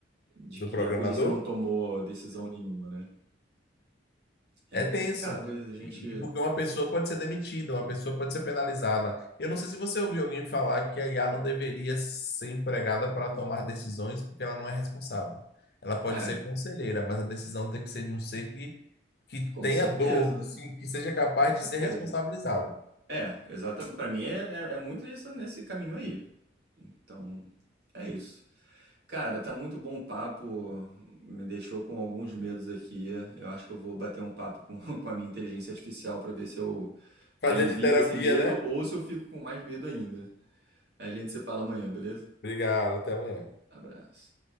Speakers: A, on the right; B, on the left.
A: De
B: Do
A: que
B: programador?
A: a polícia não tomou decisão nenhuma, né? É
B: É
A: complicado,
B: tenso.
A: a gente.
B: E e porque uma pessoa pode ser demitida, uma pessoa pode ser penalizada. Eu não sei se você ouviu alguém falar que a IA não deveria ser empregada para tomar decisões porque ela não é responsável. Ela pode
A: É,
B: ser conselheira, mas a decisão tem que ser de um ser que, que
A: com
B: tenha
A: certeza,
B: dor, que, se- que seja capaz
A: com certeza.
B: de ser responsabilizado.
A: É, exatamente. Pra mim é, é, é muito nessa, nesse caminho aí. Então, é isso. Cara, tá muito bom o papo, me deixou com alguns medos aqui. Eu acho que eu vou bater um papo com, <laughs> com a minha inteligência artificial pra ver se eu
B: Fazer
A: alivio
B: de terapia,
A: esse medo
B: né?
A: ou se eu fico com mais medo ainda. A gente se fala amanhã, beleza?
B: Obrigado, até amanhã.
A: Abraço.